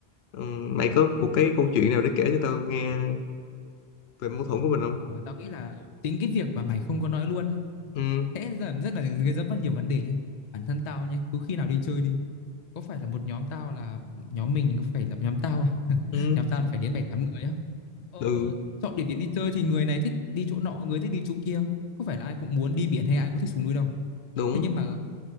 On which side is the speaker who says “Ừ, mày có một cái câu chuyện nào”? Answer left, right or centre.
Left